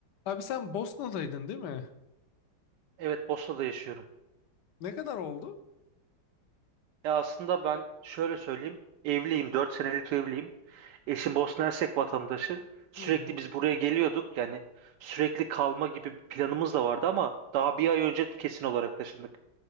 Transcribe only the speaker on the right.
Evet, Bosna'da yaşıyorum.
Ya aslında ben şöyle söyleyeyim. Evliyim, 4 senelik evliyim. Eşim Bosna Hersek vatandaşı. Sürekli
biz buraya geliyorduk. Yani sürekli kalma gibi bir planımız da vardı ama daha bir ay önce kesin olarak taşındık.